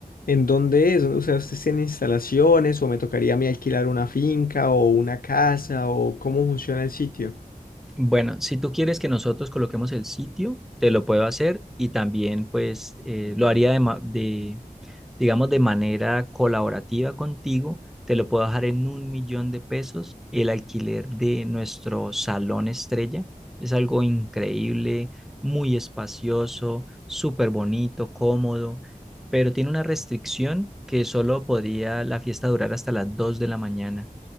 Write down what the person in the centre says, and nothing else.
Bueno, si tú quieres que nosotros coloquemos el sitio, te lo puedo hacer y también pues eh, lo haría de, ma- de, digamos, de manera colaborativa contigo, te lo puedo dejar en un millón de pesos el alquiler de nuestro salón estrella. Es algo increíble, muy espacioso, súper bonito, cómodo, pero tiene una restricción que solo podría la fiesta durar hasta las 2 de la mañana.